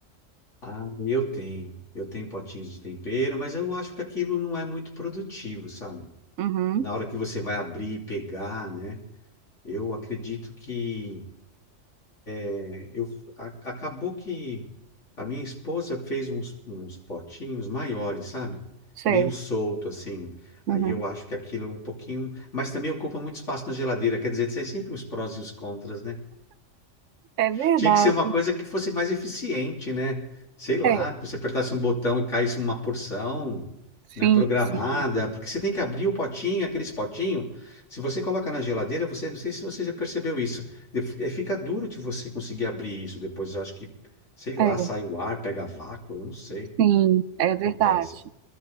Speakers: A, on the left (about 75°); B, on the right (about 80°).
A: Ah, eu tenho. Eu tenho potinhos de tempero, mas eu acho que aquilo não é muito produtivo, sabe?
B: Uhum,
A: Na hora que você vai abrir e pegar, né? Eu acredito que eh, eu a- acabou que a minha esposa fez uns, uns potinhos maiores, sabe?
B: sei.
A: Meio solto assim.
B: Uhum.
A: Aí eu acho que aquilo é um pouquinho, mas também ocupa muito espaço na geladeira. Quer dizer, tem sempre os prós e os contras, né?
B: É verdade.
A: Tinha que ser uma coisa que fosse mais eficiente, né? Sei lá,
B: É,
A: que você apertasse um botão e caísse uma porção,
B: sim,
A: né, programada,
B: sim.
A: porque você tem que abrir o potinho, aqueles potinhos. Se você coloca na geladeira, você, não sei se você já percebeu isso, de- eh, fica duro de você conseguir abrir isso depois. Eu acho que, sei lá,
B: É,
A: sai o ar, pega vácuo, eu não sei o
B: sim,
A: que
B: é
A: que acontece.
B: verdade.